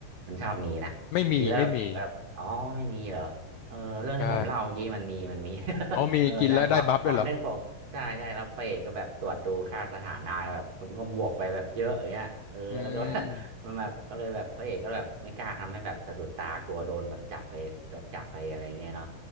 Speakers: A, on the right; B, on the left.
A: มันชอบมีนะกินแล้วแบบแบบอ๋อไม่มีเหรอเออเรื่องที่ผมเล่าเมื่อกี้มันมี
B: ไม่มี ไม่มีใช่
A: <laughs> มันมี <laughs>
B: อ๋อมีกินแล้วได้บัฟด้วยเหรอ
A: เออใช่พอพอนึกผมใช่ใช่แล้วพระเอกก็แบบตรวจดูค่าสถานะแบบผมก็บวกไปแบบเยอะอย่างเงี้ยเออแล้วก็
B: อืม
A: <laughs> มันแบบก็เลยแบบพระเอกก็แบบไม่กล้าทำให้แบบสะดุดตากลัวโดนแบบจับไปแบบจับไปอะไรอย่างเงี้ยเนาะ